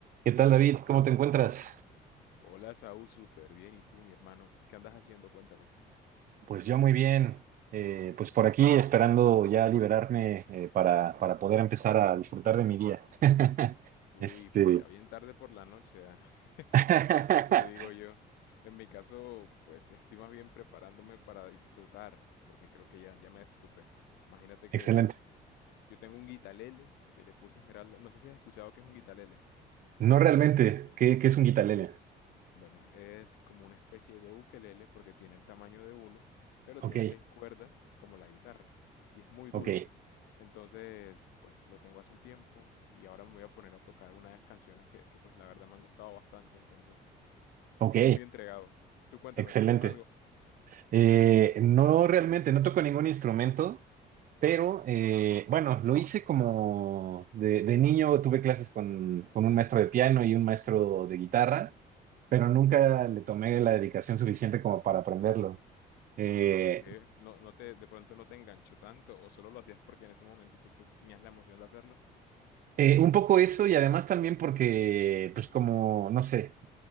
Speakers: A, on the right; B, on the left.
A: ¿Qué tal, David? ¿Cómo te encuentras?
B: Hola, Saúl, súper bien. ¿Y tú, mi hermano? ¿Qué andas haciendo? Cuéntame.
A: Pues yo muy bien. Eh, pues por aquí esperando ya liberarme eh, para, para poder empezar a disfrutar de mi día. <laughs>
B: Uy,
A: Este.
B: pero ya bien tarde por la noche, ah, <laughs>
A: <laughs>
B: ¿Qué te digo yo? En mi caso, pues estoy más bien preparándome para disfrutar, porque creo que ya, ya me desocupé. Imagínate que
A: Excelente.
B: yo tengo un guitalele que le puse esmeralda. No sé si has escuchado que es un guitalele.
A: No realmente. ¿Qué, qué es un guitarlele?
B: Bueno, es como una especie de ukelele porque tiene el tamaño de uno, pero
A: Ok,
B: tiene seis cuerdas como la guitarra y es muy dulce.
A: ok,
B: Entonces, pues lo tengo hace un tiempo y ahora me voy a poner a tocar unas canciones que, que, pues la verdad me han gustado bastante, entonces
A: ok.
B: estoy muy entregado. Tú cuéntame,
A: Excelente.
B: ¿tocas algo?
A: Eh, no realmente, no toco ningún instrumento, pero eh, bueno, lo hice como de, de niño, tuve clases con, con un maestro de piano y un maestro de guitarra, pero nunca le tomé la dedicación suficiente como para aprenderlo. Eh,
B: ¿Y por qué? ¿No, no te, de pronto no te enganchó tanto o solo lo hacías porque en ese momentito te- tenías la emoción de hacerlo?
A: Eh, un poco eso y además también porque, pues como, no sé,